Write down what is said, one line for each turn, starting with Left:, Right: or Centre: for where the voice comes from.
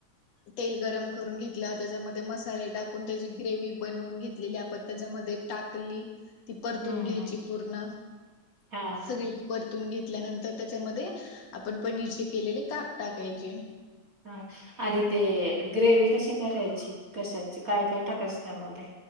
Left: तेल गरम करून घेतलं त्याच्यामध्ये मसाले टाकून त्याची ग्रेव्ही बनवून घेतलेली आपण त्याच्यामध्ये टाकली ती परतून
Right: हम्म
Left: घ्यायची
Right: हम्म
Left: पूर्ण,
Right: हा.
Left: सगळी परत तून घेतल्यानंतर तर त्याच्यामध्ये आपण पनीरचे केलेले काप टाकायचे.
Right: हा आणि ते ग्रेव्ही कसशी कराय ची कशाचे काय काय टाकायचं क्या बात ये